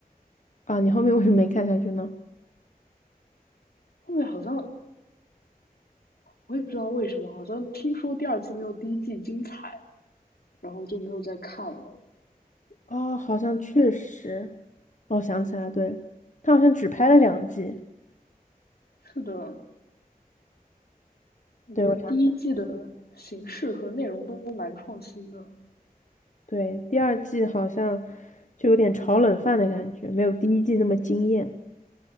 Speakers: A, on the left (about 55°); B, on the left (about 85°).
A: 啊，你后面为什么没看下去呢？
B: 后面好像我也不知道为什么，好像听说第二季没有第一季精彩，然后就没有再看了。
A: 哦，好像确实，哦，想起来，对，他好像只拍了两季。
B: 是的，我觉得第一季的形式和内容都蛮创新的，
A: 对，我想。起来对，第二季好像就有点炒冷饭的感觉，没有第一季那么惊艳。